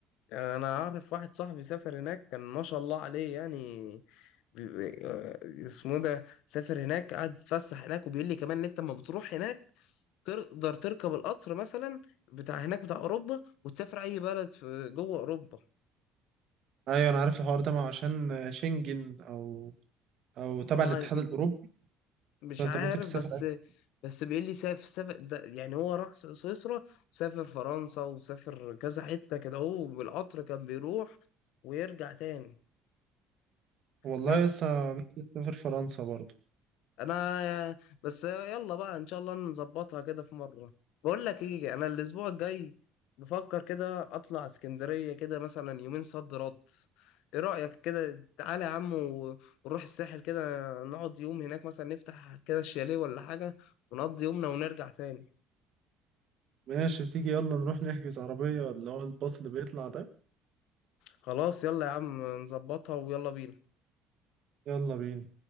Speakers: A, on the left; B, on the right.
A: أنا أعرف واحد صاحبي سافر هناك كان ما شاء الله عليه يعني بي... بي- آه، اسمه ده سافر هناك قعد يتفسح هناك وبيقول لي كمان إن أنت لما بتروح هناك تقدر تركب القطر مثلا بتاع هناك بتاع أوروبا وتسافر أي بلد في جوه أوروبا
B: ايوه انا عارف الحوار ده ما هو عشان شنجن او او
A: ما
B: تبع الاتحاد الاوروبي
A: مش
B: فانت
A: عارف
B: ممكن تسافر
A: بس
B: أي-
A: بس بيقول لي سافر سافر ده يعني هو راح س- سويسرا وسافر فرنسا وسافر كذا حتة كده هو بالقطر كان بيروح ويرجع تاني
B: والله
A: بس
B: يا اسطى نفسي اسافر فرنسا برضه
A: انا بس يلا بقى ان شاء الله نظبطها كده في مرة بقول لك ايه انا الاسبوع الجاي بفكر كده اطلع اسكندرية كده مثلا يومين صد رد ايه رأيك كده تعالى يا عم و- ونروح الساحل كده نقعد يوم هناك مثلا نفتح كده الشاليه ولا حاجة ونقضي يومنا ونرجع تاني
B: ماشي تيجي يلا نروح نحجز عربيه اللي هو الباص اللي بيطلع ده
A: خلاص يلا يا عم نظبطها ويلا بينا
B: يلا بينا